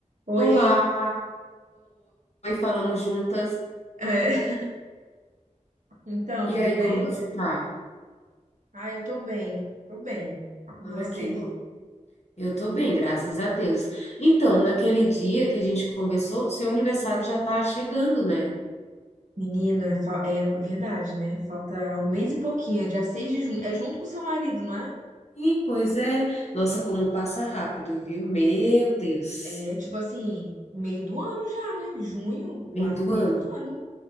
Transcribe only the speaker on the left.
Olá, oi, falamos juntas.
E
aí,
como você tá?
Ah,
que bom. Eu tô bem, graças a Deus. Então, naquele dia que a gente conversou, seu aniversário já tá chegando, né?
Sim, pois é. Nossa, como passa rápido, viu? Meu Deus.
Meio
do
ano.